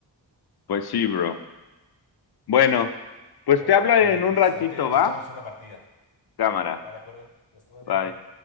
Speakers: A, on the left; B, on the left.
A: pues sí, bro. Bueno, pues
B: Pero
A: te hablo
B: bueno,
A: en
B: pues
A: un ratito,
B: a ver que ya nos
A: ¿va?
B: echamos una partida.
A: Cámara,
B: ¿Va de acuerdo? Nos estamos
A: bye.
B: viendo.